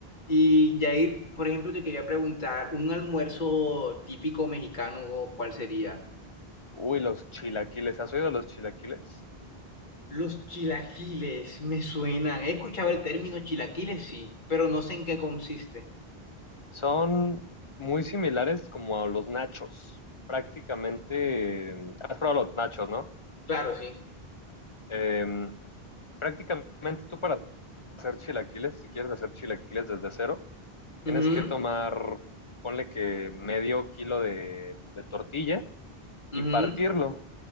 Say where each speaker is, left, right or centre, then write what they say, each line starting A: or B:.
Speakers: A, on the left (about 50°); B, on the left (about 35°).
A: Y Jair, por ejemplo, te quería preguntar, un almuerzo
B: Dime.
A: típico mexicano, ¿cuál sería?
B: Uy, los chilaquiles. ¿Has oído de los chilaquiles?
A: Los chilaquiles me suenan. He escuchado el término chilaquiles, sí, pero no sé en qué consiste.
B: Son muy similares como a los nachos. Prácticamente, eh, has probado los nachos, ¿no?
A: Claro, sí.
B: Eh, prácticamente tú para hacer chilaquiles, si quieres hacer chilaquiles desde cero, Tienes
A: Ujú,
B: que tomar, ponle que medio kilo de, de tortilla
A: ujú,
B: y partirlo.